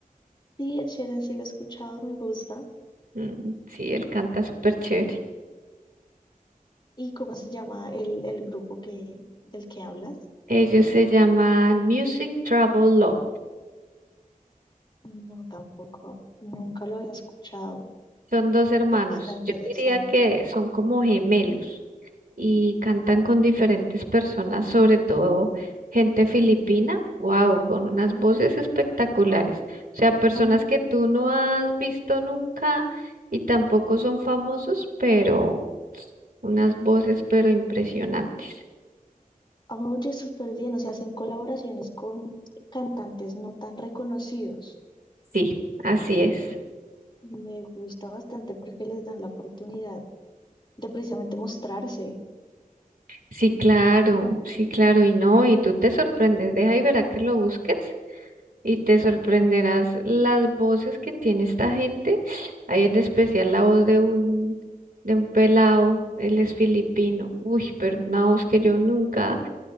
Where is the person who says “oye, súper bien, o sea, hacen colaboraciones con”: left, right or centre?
Left